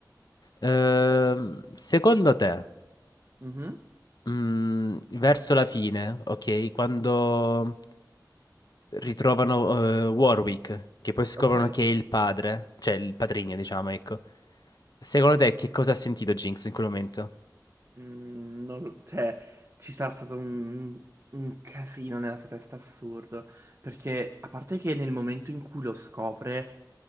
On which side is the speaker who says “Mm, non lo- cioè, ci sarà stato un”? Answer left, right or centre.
Right